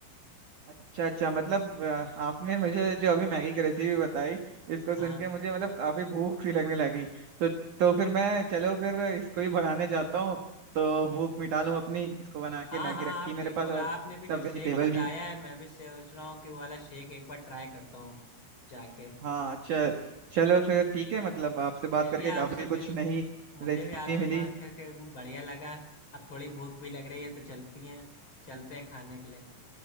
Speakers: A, on the right; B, on the left.
A: अच्छा अच्छा मतलब अ, आपने मुझे जो अभी मैगी की रेसिपी बताई इसको
B: हाँ
A: सुन के मुझे मतलब काफी भूख सी लगने लगी तो तो फिर मैं चलो फिर इसको ही बनाने जाता हूँ तो भूख मिटा लूँ अपनी इसको बना के
B: हाँ
A: मैगी
B: हाँ
A: रखी
B: आप
A: है मेरे
B: बिल्कुल
A: पास
B: आपने
A: और
B: भी
A: सब
B: जो शेक
A: वेजिटेबल
B: बताया
A: भी
B: है मैं भी सोच रहा हूँ कि वो वाला शेक एक बार ट्राई करता हूँ जाके
A: हाँ अच्छा चलो फिर ठीक है मतलब आपसे बात
B: चलिए
A: करके काफी
B: आपसे मिल
A: कुछ नई
B: मुझे
A: रेसिपी
B: भी आपसे
A: मिली
B: बात करके बढ़िया लगा अब थोड़ी भूख भी लग रही है तो चलती हैं चलते हैं खाने के लिए